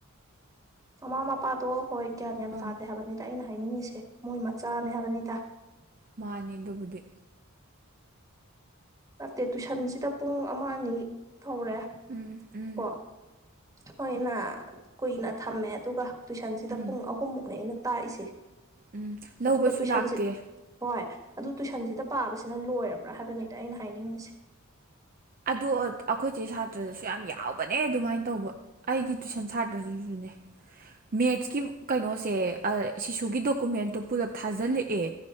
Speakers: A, on the right; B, on the right.
A: ꯃꯃꯥ ꯃꯄꯥ ꯇꯣ ꯍꯣꯏ ꯒ꯭ꯌꯥꯟ ꯌꯥꯝ
B: ꯑꯥ
A: ꯇꯥꯗꯦ ꯍꯥꯏꯕꯅꯤꯗ ꯑꯩꯅ ꯍꯥꯏꯅꯤꯡꯉꯁꯦ ꯃꯣꯏ ꯃꯆꯥꯅꯦ ꯍꯥꯏꯕꯅꯤꯗ
B: ꯃꯥꯅꯤ ꯑꯗꯨꯕꯨꯗꯤ
A: ꯅꯠꯇꯦ ꯇꯨꯏꯁꯟꯁꯤꯗ ꯄꯨꯡ ꯑꯃ ꯑꯅꯤ ꯊꯧꯔꯦ
B: ꯎꯝ ꯎꯝ
A: ꯀꯣ ꯍꯣꯏꯅ ꯀꯨꯏꯅ ꯊꯝꯃꯦ ꯑꯗꯨꯒ ꯇꯨꯏꯁꯟꯁꯤꯗ
B: ꯎꯝ
A: ꯄꯨꯡ ꯑꯍꯨꯝꯃꯨꯛꯅꯦ ꯑꯩꯅ ꯇꯥꯛꯏꯁꯦ
B: ꯎꯝ ꯂꯧꯕꯁꯨ
A: ꯑꯗꯨꯒ ꯇꯨꯏꯁꯟꯁꯤꯠ
B: ꯂꯥꯛꯇꯦ
A: ꯍꯣꯏ ꯑꯗꯨ ꯇꯨꯏꯁꯟꯁꯤꯗ ꯄꯥꯕꯁꯤꯅ ꯂꯣꯏꯔꯕ꯭ꯔꯥ ꯍꯥꯏꯕꯅꯤꯗ ꯑꯩꯅ ꯍꯥꯏꯅꯤꯡꯉꯤꯁꯦ
B: ꯑꯗꯣ ꯑꯩꯈꯣꯏꯁꯦ ꯁꯥꯇ꯭ꯔꯗꯁꯨ ꯌꯥꯝ ꯌꯥꯎꯕꯅꯦ ꯑꯗꯨꯃꯥꯏꯅ ꯇꯧꯕ ꯑꯩꯒꯤ ꯇꯨꯏꯁꯟ ꯁꯥꯇ꯭ꯔꯗꯨꯁꯨꯅꯦ ꯃꯦꯠꯁꯀꯤ ꯀꯩꯅꯣꯁꯦ ꯁꯤꯁꯨꯒꯤ ꯗꯣꯀꯨꯃꯦꯟꯇꯣ ꯄꯨꯂꯞ ꯊꯥꯖꯤꯜꯂꯛꯑꯦ